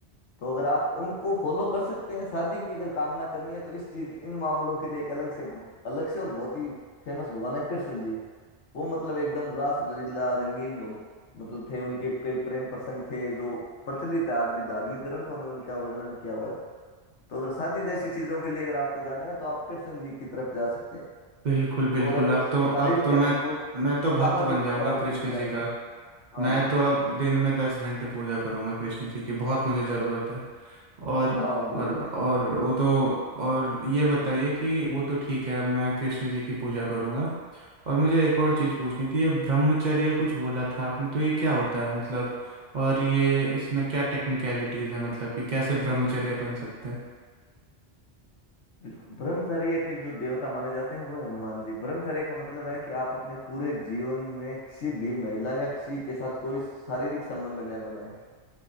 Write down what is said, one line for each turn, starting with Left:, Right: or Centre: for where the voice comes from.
Left: तो अगर आप उनको फॉलो कर सकते हैं शादी की अगर कामना करनी है तो इस चीज इन मामलों के लिए एक अलग से अलग से और बहुत ही फेमस भगवान है कृष्ण जी वो मतलब एकदम रास लीला रंगीन भगो- मतलब थे उनके कई प्रेम प्रसंग थे जो प्रचलित है आज भी धार्मिक ग्रंथों में उनका वर्णन किया हुआ है तो अगर शादी जैसी चीजों के लिए अगर आपको जाना है तो आप कृष्ण जी की तरफ जा सकते हैं
Right: बिल्कुल बिल्कुल
Left: और अगर
Right: अब
Left: शारीरिक
Right: तो अब तो
Left: मतलब
Right: मैं
Left: हष्टपुष्ट
Right: मैं तो भक्त
Left: सामाजिक
Right: बन जाऊंगा
Left: स्वार्थ
Right: कृष्ण
Left: के लिए
Right: जी
Left: जाना
Right: का
Left: है हाँ
Right: मैं तो अब दिन में दस घंटे पूजा करूंगा कृष्ण जी की बहुत मुझे ज़रूरत है और
Left: हाँ बिल्कुल
Right: और और वो तो और ये बताइए कि वो तो ठीक है अब मैं कृष्ण जी की पूजा करूंगा और मुझे एक और चीज़ पूछनी थी ये ब्रह्मचर्य कुछ बोला था आपने तो ये क्या होता है मतलब और ये इसमें क्या टेक्निकलिटीज़ है मतलब कि कैसे ब्रह्मचर्य बन सकते हैं
Left: बिल्कुल ब्रह्मचर्य के जो देवता माने जाते हैं वो है हनुमान जी ब्रह्मचर्य का मतलब है कि आप अपने पूरे जीवन में किसी भी महिला या किसी के साथ कोई शारीरिक संबंध न बनाए